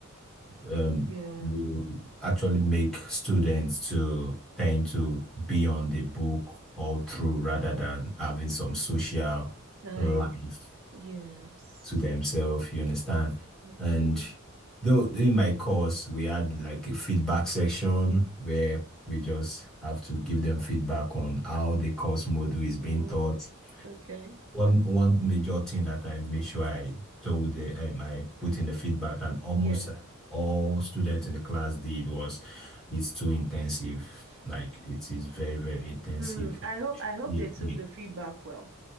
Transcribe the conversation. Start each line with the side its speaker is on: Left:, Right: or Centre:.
Centre: um,
Right: Yeah.
Centre: will actually make students to tend to be on the book all through rather than having some social
Right: Time.
Centre: life
Right: Yes.
Centre: to themselves, you understand?
Right: Mm-hmm.
Centre: And though in my course, we had like a feedback section where we just have to give them feedback on how the course module is being
Right: Moved.
Centre: taught.
Right: Okay.
Centre: One one major thing that I made sure I told the, um, I put in the feedback and almost
Right: Yeah.
Centre: all students in the class did was it's too intensive. Like it is very, very intensive.
Right: Mm, I hope I hope
Centre: Yeah,
Right: they took
Centre: yeah.
Right: the feedback well.